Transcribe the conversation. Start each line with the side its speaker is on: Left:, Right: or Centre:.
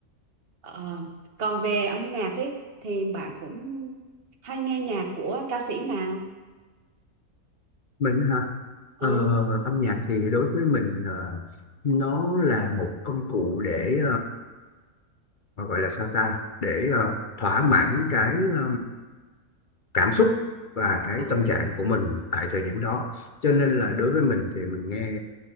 Right: Ờ, còn về âm nhạc ấy thì bạn cũng hay nghe nhạc của ca sĩ nào?
Left: mình hả
Right: Ừ,
Left: ờ, âm nhạc thì đối với mình ờ, nó là một công cụ để ờ, gọi là sao ta để ờ, thỏa mãn cái ờ, cảm xúc và cái
Right: ừ,
Left: tâm trạng của mình tại thời điểm đó cho nên
Right: ừ,
Left: là đối với mình thì mình nghe